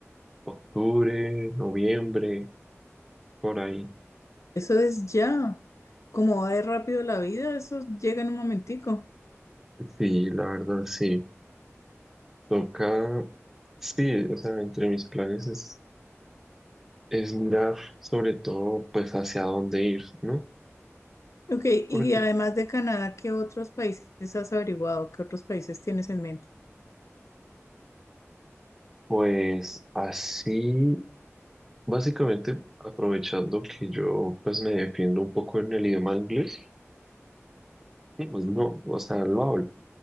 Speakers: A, in the centre; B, on the left (about 75°).
A: octubre, noviembre, por ahí.
B: Eso es ya. Como va de rápido la vida, eso llega en un momentico.
A: Sí, la verdad, sí. Toca, sí, o sea, entre mis planes es, es mirar sobre todo pues hacia dónde ir, ¿no?
B: Ok,
A: Porque
B: y además de Canadá, ¿qué otros países has averiguado? ¿Qué otros países tienes en mente?
A: Pues así, básicamente aprovechando que yo pues me defiendo un poco en el idioma inglés, y, pues no, o sea, lo hablo.